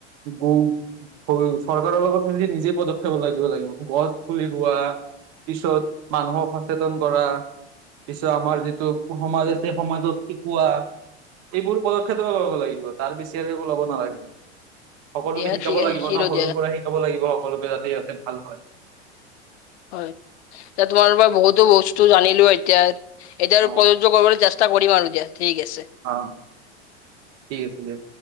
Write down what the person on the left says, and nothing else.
দিয়া
ঠিক আছে
শিকিলো
দিয়া
হয় এতি তোমাৰ পৰা বহুতো বস্তু জানিলো এতিয়া এতিয়া
প্ৰযোজ্য কৰিবলৈ চেষ্টা কৰিম আৰু দিয়া। ঠিক আছে।